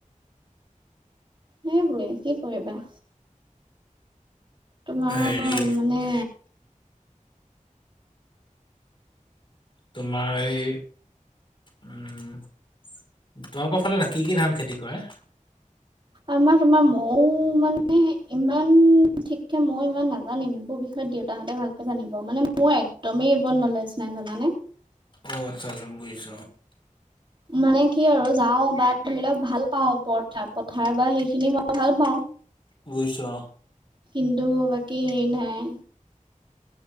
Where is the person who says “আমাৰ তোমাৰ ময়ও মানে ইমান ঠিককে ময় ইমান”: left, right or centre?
Right